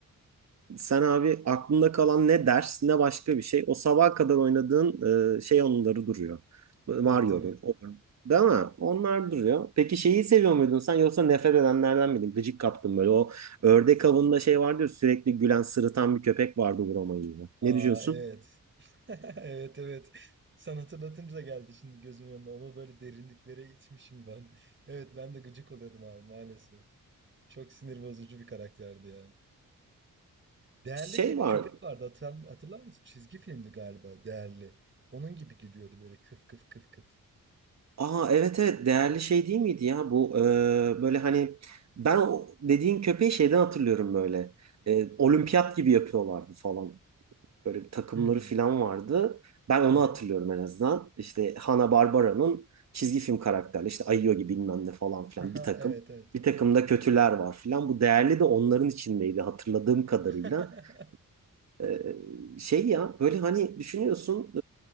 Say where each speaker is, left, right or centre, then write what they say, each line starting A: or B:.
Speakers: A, on the right; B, on the right.
A: Sen abi aklında kalan ne ders ne başka bir şey. O sabaha kadar oynadığın e, şey onları duruyor. Mario'dur.
B: <laughs> Tabii tabii.
A: Odur. Değil mi? Onlar duruyor. Peki şeyi seviyor muydun sen yoksa nefret edenlerden miydin? Gıcık kaptın böyle. O ördek avında şey vardı ya sürekli gülen sırıtan bir köpek vardı vuramayınca.
B: Aa
A: Ne düşünüyorsun?
B: evet. <laughs> Evet evet. Sen hatırlatınca da geldi şimdi gözümün önüne. Onu böyle derinliklere itmişim ben. Evet ben de gıcık oluyordum abi maalesef. Çok sinir bozucu bir karakterdi ya. Değerli
A: Şey
B: diye bir
A: var.
B: köpek vardı hatırlar, hatırlar mısın? Çizgi filmdi galiba Değerli. Onun gibi giriyordu böyle kıf kıf kıf kıf.
A: Aa evet evet değerli şey değil miydi ya bu e, böyle hani ben o dediğin köpeği şeyden hatırlıyorum böyle. E, olimpiyat gibi yapıyorlardı falan. böyle bir takımları
B: Hmm.
A: falan vardı. Ben onu
B: Hı hı.
A: hatırlıyorum en azından. İşte Hanna-Barbara'nın çizgi film karakterleri işte Ayogi bilmem ne falan filan
B: Hı hı,
A: bir takım.
B: Evet evet.
A: Bir takım da kötüler var filan. Bu değerli de onların içindeydi hatırladığım kadarıyla.
B: <laughs>
A: Ee, şey ya böyle hani düşünüyorsun